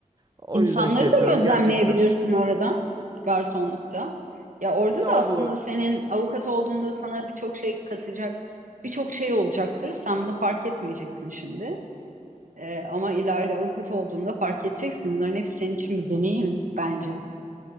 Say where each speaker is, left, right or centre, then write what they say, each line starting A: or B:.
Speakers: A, on the right; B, on the right.
A: O
B: İnsanları
A: yüzden şey yapıyorum
B: da gözlemleyebilirsin
A: gerçekten.
B: orada garsonlukta. Ya orada
A: Ya
B: da
A: abla
B: aslında senin avukat olduğunda sana birçok şey katacak, birçok şey olacaktır. Sen bunu fark etmeyeceksin şimdi. Ee, ama ileride avukat olduğunda fark edeceksin. Bunların hepsi senin için bir deneyim bence.